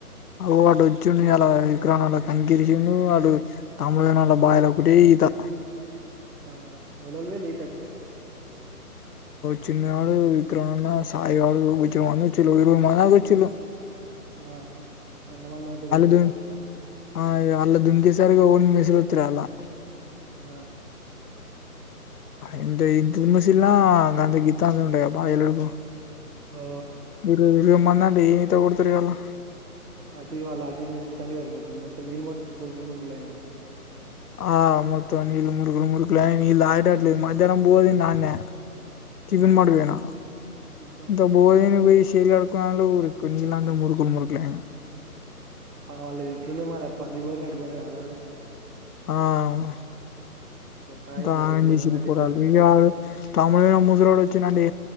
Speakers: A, on the left; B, on the right.
A: అవు వాడు వచ్చుం అలా విక్రానా కంకిరిసిడు వాడు తమ్ముళల బాల ఒక త
B: ఆ ఎవరెవరు పోయిండ్రు ఈతకు
A: చిన్న ఆళ్ విక్రమన్న సాా ఆలు వ మంది వచ్చ ఇరువై మంది వచ్చలు
B: ఆ మందమందంతా పోయిరా
A: దు
B: ఇగ
A: ఆ అలా దుంకసరిగా హో మసులుతుర అలా
B: ఆ
A: ఇంత ఇంత దిమశలా అంత గీతా అంత ఉంట బాయలుడుకు
B: ఆ
A: ఇ ఇవే మంది అండి ఏమీత కొడతారు అల్లా
B: అటుడి వాళ్ళ అటుడి మెస్లు చంగా సరిపోతుంది మొత్తం నీళ్ు మొం మురుగులు మురుగులుైన వాళ్
A: ఆ మొత్త నీళ్ళ మురుగులు మురుగులు నల్ళ ఆయటడ్లే మధ్యాహ్నం పోోది నే వన్
B: ఆ
A: మవనా
B: ఆహా
A: ఇంత బోదని బయి విషలుడుకు నీలా అంద మురుకులు మురుకులే
B: వాళ్ళు ఎట్లుండే మరి ప అంది బరి నట్టు బర వాళ్ాలలా
A: ఆ మొత్తం
B: ఒక ఇద్దరు
A: ఆగం
B: ఇరవై
A: చేసిండ్రు
B: మంది అంటే
A: పోరగాళ్లు
B: ఎట్లా
A: తమిళ ముస్రోడు వచ్చినండి